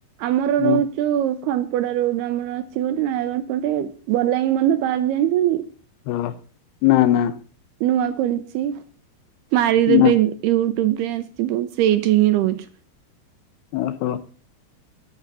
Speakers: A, on the right; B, on the left.
A: ଆମର
B: ହଁ
A: ରହୁ ଯୋଉ ଖଣ୍ଡପଡାରେ ଗୋଟେ ଆମର ଅଛି ଗୋଟେ ନୟାଗଡ଼ ପଟେ ବଲାଙ୍ଗୀ ମଧ୍ୟ ପାର୍କ ଜାଣିଛନ୍ତି
B: ହୋ ନା ନା।
A: ନୂଆ ଖୋଲଚି ମାରିଦେବେ
B: ନା
A: ୟୁଟ୍ୟୁବରେ ଆସିିବ। ସେଇଠି ହିଁ ରହୁଚୁ।
B: ଓହୋ।